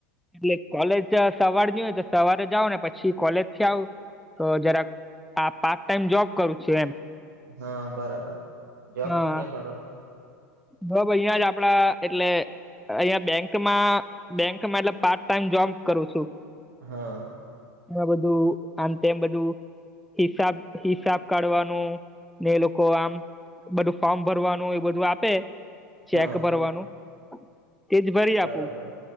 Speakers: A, in the centre; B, on the right (about 75°).
A: એટલે કોલેજ સવાર ની હોય તો સવારે જાવ ને પછી કોલેજથી આવું. તો જરાક આ પાર્ટટાઈમ જોબ કરું છું એમ
B: હ બરાબર જોબ
A: હા
B: ક્યાં કરો
A: <unintelligible> અહિયાં જ આપડા એટલે અહિયાં બેંકમાં બેંકમાં એટલે પાર્ટટાઈમ જોબ કરું છું.
B: હા
A: આ બધું <unintelligible> તેમ બધું હિસાબ હિસાબ કાઢવાનો ને એલોકો આમ બધું ફોર્મ ભરવાનું એવુ બધું આપે ચેક
B: હા
A: ભરવાનું તેજ ભરી
B: બરાબર
A: આપું